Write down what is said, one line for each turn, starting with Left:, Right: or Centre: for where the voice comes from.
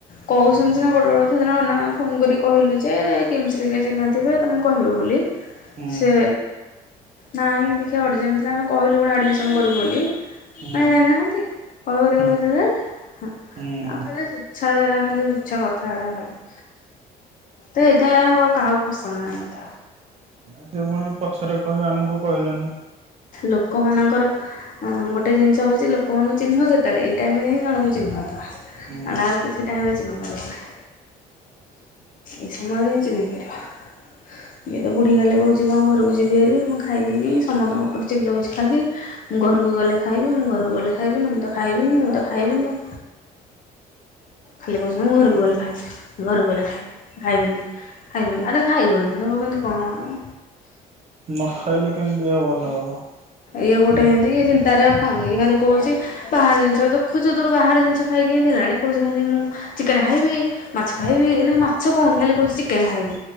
Left: କହୁଛନ୍ତି ସିନା ବଡ଼ ବଡ଼ କଥା ସିନା ନନା ଫୋନ୍ କରିକି କହିଲୁ ଯେ କିମସ୍ ରେ କିଏ ଚିହ୍ନା ଥିବେ ତମେ କହିବ ବୋଲି।
Right: ହୁଁ
Left: ସେ ନାହିଁ ଦେଖିବା ଅର୍ଜେଣ୍ଟ ଥିଲା ଆମେ କହିଲୁ ପୁଣି ଆଡ଼ମିସନ୍ କରିବୁ ବୋଲି। ନାଇଁ
Right: ହୁଁ।
Left: ଜାଣିନାହାନ୍ତି। <inaudible>
Right: ହୁଁ ହୁଁ
Left: ସେଥିପାଇଁ କାହାକୁ ପସନ୍ଦ ନାହିଁ ମତେ।
Right: ଆଉ ସିଏ ପୁଣି ପଛରେ କହିବେ ଆମକୁ କହିଲନି।
Left: ଲୋକମାନଙ୍କର। ଗୋଟେ ଜିନିଷ ହଉଛି ଲୋକମାନଙ୍କୁ ଚିହ୍ନିବ କେତେବେଳେ ଏଇ ଟାଇମ ରେ ହିଁ ଜଣଙ୍କୁ ଚିହ୍ନିବ ତମେ। ନହେଲେ
Right: ହୁଁ।
Left: ଆଉ କିଛି ଟାଇମରେ ଚିହ୍ନି ପାରିବନି। ଏଇ ସମୟରେ ହିଁ ଚିହ୍ନି ପାରିବ। ଇଏ ତ ବୁଢୀ ଖାଲି କହୁଛି କଣ ଘରକୁ ଯିବିହାରି ମୁଁ ଖାଇବିନି। ସମସ୍ତଙ୍କ ଉପରେ ଚିଲଉଛି ଖାଲି। ମୁଁ ଘରକୁ ଗଲେ ଖାଇବି, ମୁଁ ଘରକୁ ଗଲେ ଖାଇବିନି, ମୁଁ ତ ଖାଇବିନି ମୁଁ ତ ଖାଇବିନି।
Right: <unintelligible>
Left: ଖାଲି କହୁଛନ୍ତି ମୁଁ ଘରକୁ ଗଲେ ଖାଇବି, ଘରକୁ ଗଲେ ଖାଇବି। ଖାଇବିନି, ଖାଇବିନି। ଆରେ ଖାଇବନି ହବ କେମିତି କଣ?
Right: ନ ଖାଇଲେ କେମିତି ଦିହ ଭଲ ହବ।
Left: ଇଏ ଗୋଟେ
Right: ହୁଁ
Left: ଏମିତି ଇଏ ଚିନ୍ତା ରେ ଆଉ ଖାଉନି ଖାଲି କହୁଛି ବାହାର ଜିନିଷ ଦେଖୁଛତ। ବାହାର ଜିନଷ ଖାଇକି କେମିତି ହେଲାଣି କହୁଛି ଖାଲି ମୁଁ ଚିକେନ୍ ଖାଇବି, ମାଛ ଖାଇବି, ଏଇନା ମାଛ କହୁନି ଖାଲି କହୁଛି ଚିକେନ୍ ଖାଇବି।